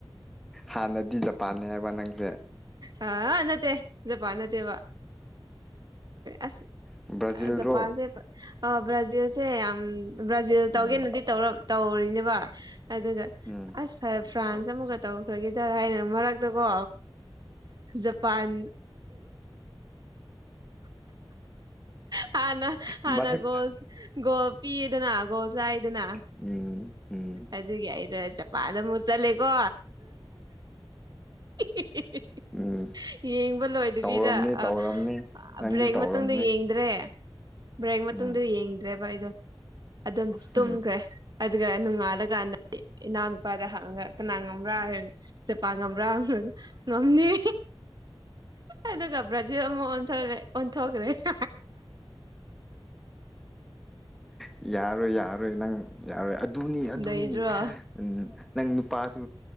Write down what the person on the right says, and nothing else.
ꯑ ꯅꯠꯇꯦꯄ ꯅꯠꯇꯦꯕ ꯑꯁ
ꯖꯄꯥꯟꯁꯦ ꯕ꯭ꯔꯥꯖꯤꯜꯁꯦ ꯌꯥꯝ ꯕ꯭ꯔꯥꯖꯤꯜ
ꯇꯧꯒꯦꯅꯗꯤ ꯇꯧ ꯇꯧꯔꯤꯅꯦꯕ ꯑꯗꯨꯒ
ꯑꯁ ꯐ ꯐ꯭ꯔꯥꯟꯁ ꯑꯃꯨꯛꯒ ꯇꯧꯈ꯭ꯔꯒꯦꯗ ꯍꯥꯏꯅ ꯃꯔꯛꯇꯀꯣ ꯖꯄꯥꯟ ꯍꯥꯟꯅ ꯍꯥꯟꯅꯒꯣꯁꯣ
ꯄꯤꯗꯅꯥꯒꯣꯁ ꯆ ꯍꯥꯏꯗꯅ
ꯑꯗꯨꯒꯤ ꯑꯩꯗꯅ ꯖꯄꯥꯟꯗ ꯑꯃꯨꯛ ꯆꯠꯂꯦꯀꯣ <inaudible>
ꯌꯦꯡꯕ ꯂꯣꯏꯗꯕꯤꯗ
ꯑ
ꯕ꯭ꯔꯦꯛ
ꯃꯇꯨꯡꯗ ꯌꯦꯡꯗ꯭ꯔꯦ ꯕ꯭ꯔꯦꯛ ꯃꯇꯨꯡꯗ
ꯌꯦꯡꯗ꯭ꯔꯦꯕ ꯑꯩꯗꯣ ꯑꯗꯨꯝ ꯇꯨꯝꯈ꯭ꯔꯦ
ꯑꯗꯨꯒ ꯅꯨꯅꯨꯡ ꯑꯗ ꯀꯥꯟꯗꯦ ꯏꯅꯥꯎꯅꯨꯄꯥꯗ ꯍꯪꯉꯒ ꯀꯅꯥ ꯉꯝꯕ꯭ꯔꯥ ꯍꯥꯏꯔ ꯆꯄ ꯉꯝꯕ꯭ꯔꯥ ꯉꯝꯅꯤ ꯑꯗꯨꯒ ꯕ꯭ꯔꯖꯤꯜ ꯑꯃꯨꯛ ꯑꯣꯦ ꯑꯣꯟꯊꯣꯛꯈ꯭ꯔꯦ <inaudible>
ꯂꯩꯗ꯭ꯔꯣ